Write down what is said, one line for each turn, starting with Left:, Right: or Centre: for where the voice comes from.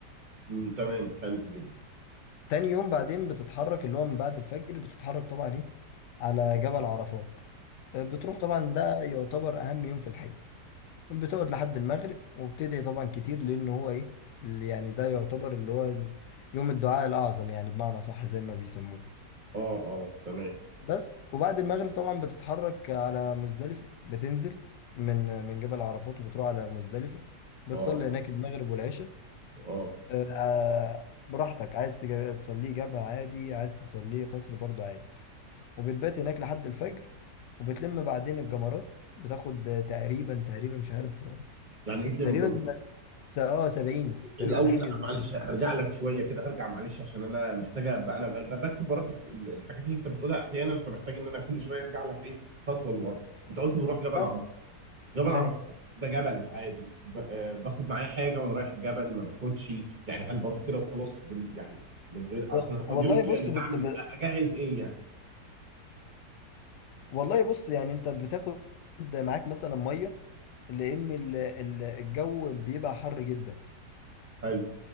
Right: مم. تمام حلو جدا
Left: تاني يوم بعدين بتتحرك اللي هو من بعد الفجر بتتحرك طبعا ايه على جبل عرفات آه، بتروح طبعا ده يعتبر اهم يوم في الحج بتقعد لحد المغرب وبتدعي طبعا كتير لان هو ايه اللي يعني ده يعتبر اللي هو يوم الدعاء الاعظم يعني بمعنى صح زي ما بيسموه
Right: اه اه تمام
Left: بس وبعد المغرب طبعا بتتحرك على مزدلفة بتنزل من من جبل عرفات وبتروح على مزدلفة بتصلي
Right: اه اه
Left: هناك المغرب والعشاء
Right: اه
Left: آه، براحتك عايز تجا- تصليه جامع عادي عايز تصليه قصر برضه عادي وبتبات هناك لحد الفجر وبتلم بعدين الجمرات بتاخد تقريبا تقريبا مش عارف
Right: يعني ايه تلم
Left: تقريبا
Right: الجمهور
Left: س- اه 70 70
Right: الاول
Left: حاجه
Right: لا
Left: زي
Right: معلش
Left: كده
Right: هرجع لك شويه كده هرجع معلش عشان انا محتاجه ابقى انا أنا بكتب وراك ال- ال- الحاجات اللي انت بتقولها احيانا فمحتاج ان انا كل شويه ارجع لك ايه خطوه لورا انت قلت بروح جبل
Left: ده
Right: عرب جبل
Left: حلو
Right: عرفات ده جبل عادي ب- آه، باخد معايا حاجه وانا رايح الجبل ما باخدش يعني هل بروح كده وخلاص بال يعني من غير اصل
Left: و-
Right: أنا هقعد
Left: والله
Right: يوم كامل
Left: بص بت...
Right: هعمل
Left: ب...
Right: اجهز ايه يعني
Left: والله بص يعني انت بتاخد معاك مثلا ميه لان ال... ال... الجو بيبقى حر جدا
Right: حلو